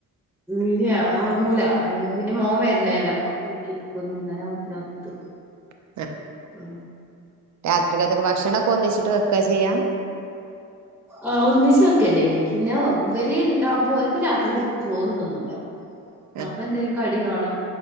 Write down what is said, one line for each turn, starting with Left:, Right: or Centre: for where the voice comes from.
Centre: ഇല്ല ഒറങ്ങൂല എന്ന പിന്നെ മോൻ വരണോല്ല മോനെ നോക്കിയിരിക്കും ഒരു മൂന്നര ആകുമ്പോത്തന് ഒത്തു
Right: <inaudible>
Centre: മ്
Right: രാത്രികത്തൊക്കെ ഭക്ഷണം ഒക്കെ ഒന്നിച്ചിട്ട് വെക്ക ചെയ്യാ
Centre: ആ ഒന്നിച്ചൊക്കെന്നെനി പിന്നെ ഇവരി ഇണ്ടാവുമ്പോഓൽക്ക് രാത്രി ചോറ്തിന്നൂല
Right: <inaudible>
Centre: അപ്പൊ എന്തെലും കടി വേണം